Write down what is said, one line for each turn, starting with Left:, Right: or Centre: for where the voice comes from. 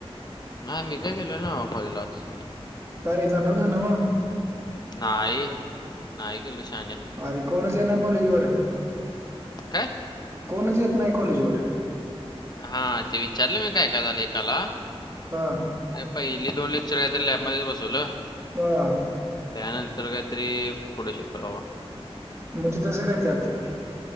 Left: नाही मी काय गेलो नाही बाबा कॉलेजला आज.
Right: का रे? जाणार होतास नवं.
Left: नाही, नाही गेलो शहाण्या.
Right: अरे, कोणच येईना कॉलेज वर.
Left: काय?
Right: कोणच येत नाही कॉलेज वर.
Left: हा, ते विचारले मी, काय काय झालं एकाला.
Right: हा.
Left: पहिली दोन लेक्चर आहे, तर लॅबमध्येच बसवलं
Right: हा.
Left: त्यानंतर काहीतरी पुढे शिकवल बाबा
Right: मग ते तसं करतात.